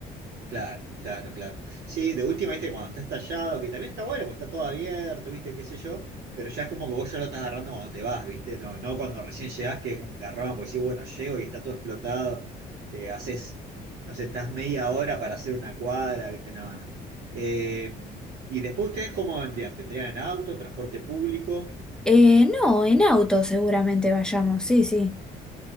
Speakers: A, on the right; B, in the centre.
A: Claro, claro, claro. Sí, de última, viste, cuando está estallado, que también está bueno, pues está todo abierto, viste, qué sé yo, pero ya es como que vos ya lo estás agarrando cuando te vas, viste, no, no cuando recién llegás, que es un garrón, porque sí, bueno, llego y está todo explotado, eh, haces, no sé, estás media hora para hacer una cuadra, viste, no, no. Eh, y después ustedes, ¿cómo vendrían? ¿Vendrían en auto, en transporte público?
B: Eh, no, en auto seguramente vayamos, sí, sí,